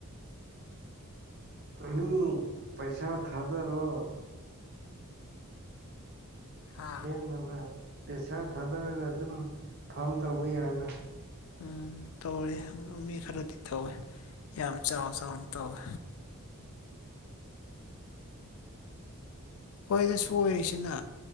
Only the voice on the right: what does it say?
ꯑꯅꯤ ꯄꯩꯁꯥ ꯊꯥꯗꯔꯣ
ꯁꯦꯝꯅꯕ ꯄꯩꯁꯥ ꯊꯥꯗꯔꯒ ꯑꯗꯨꯝ ꯐꯥꯝ ꯇꯧꯕ ꯌꯥꯅ